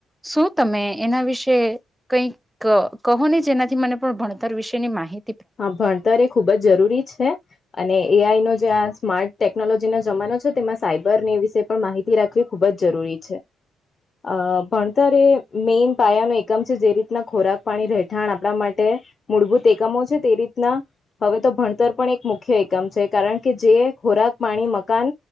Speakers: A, in the centre; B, on the left.
A: શું તમે એના વિશે કઈક કહો ને જેનાથી મને પણ ભણતર વિશેની માહિ
B: હા ભણતર એ ખુબ જ જરૂરી છે, અને એ આઈ નો જે આ સ્મા ટેકનોલોજી ના જમાનો છે, તેમાં સાયબર ને એ વિશે પણ માહિતી રાખવી ખુબ જ જરૂરી છે, અ ભણ તર એ મેઇન પાયા ન એકમ છે, જે રીતના ખોરાક, પાણી, રહેઠાણ આપણા માટે મૂળભૂત એકમો છે, તે રીતના હવે તો ભણતર પણ એક મુખ્ય એકમ છે, કારણ કે જે ખોરાક, પાણી, મકાન